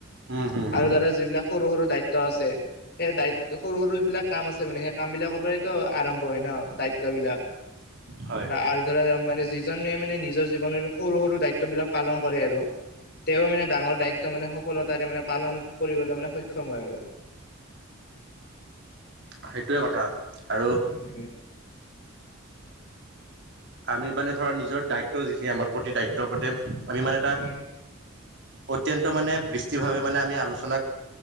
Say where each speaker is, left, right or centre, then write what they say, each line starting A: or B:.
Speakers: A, on the right; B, on the left.
A: উম হুম হুম।
B: আৰু ধৰা যিবিলাক সৰু দায়িত্ব আছে। সেই দায়িত সৰু সৰু যিবিলাক কাম আছে মানে সেই কাম বিলাকৰ পৰাইতো আৰম্ভ হয় ন দায়িত্ব বিলাক।
A: হয়
B: আৰু ধৰা মানে যি। যি জনে মানে নিজৰ জীৱনৰ সৰু সৰু দায়িত্ব বিলাক পালন কৰে আৰু। তেওঁ মানে ডাঙৰ দায়িত্ব মানে সফলতাৰে মানে পালন কৰিবলৈ মানে সক্ষম হয় আৰু
A: সেইটোৱে কথা আৰু
B: উম
A: আমি মানে ধৰা নিজৰ দায়িত্ব যিখিনি আমাৰ প্ৰতি দায়িত্ব পতে আমি মানে এটা
B: উম
A: অত্যন্ত মানে বৃষ্টিভাৱে মানে আমি আলোচনাক